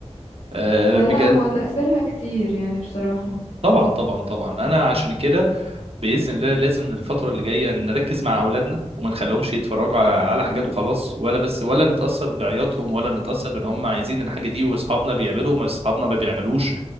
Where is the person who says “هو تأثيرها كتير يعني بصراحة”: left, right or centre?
Left